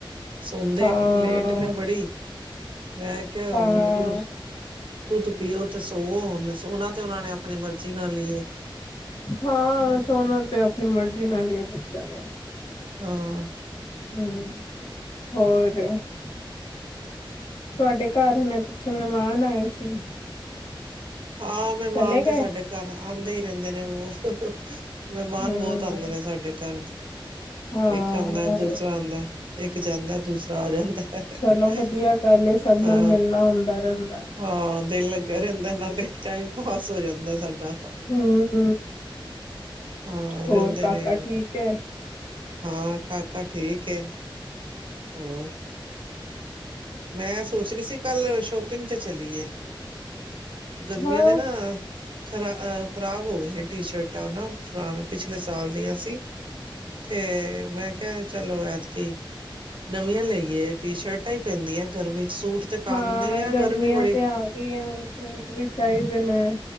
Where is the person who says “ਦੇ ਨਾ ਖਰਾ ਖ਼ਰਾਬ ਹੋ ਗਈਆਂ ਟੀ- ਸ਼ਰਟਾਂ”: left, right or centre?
Right